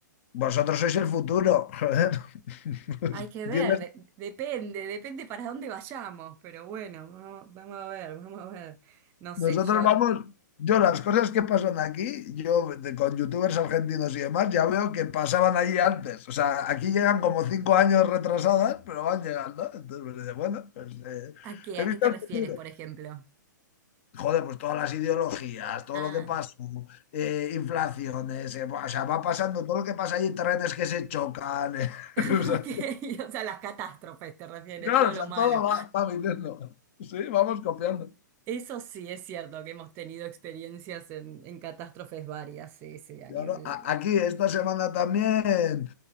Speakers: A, on the left (about 40°); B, on the right (about 20°).
A: vosotros sois el futuro, joder. <laughs>
B: Hay que
A: Vienes.
B: ver, de- depende, depende para dónde vayamos, pero bueno, vamos, vamos a ver, vamos a ver. No sé,
A: Nosotros
B: yo,
A: vamos, yo las cosas que pasan aquí, yo de- con youtubers argentinos y demás, ya veo que pasaban allí antes. O sea, aquí llegan como cinco años retrasadas, pero van llegando. Entonces me dice, bueno, pues eh,
B: ¿a qué?
A: he
B: ¿A
A: visto
B: qué te
A: el
B: refieres,
A: futuro.
B: por ejemplo?
A: Joder, pues todas las ideologías, todo
B: Ah,
A: lo que pasa, eh, inflaciones, eh, o sea, va pasando todo lo que pasa allí, trenes que se chocan. eh,
B: <laughs> ok,
A: <laughs> o sea,
B: o sea, las catástrofes te refieres,
A: claro,
B: todo
A: o
B: lo
A: sea,
B: malo.
A: todo va, va viniendo. Sí, vamos copiando.
B: Eso sí es cierto, que hemos tenido experiencias en, en catástrofes varias, sí, sí, a
A: Claro,
B: nivel...
A: a- aquí esta semana también.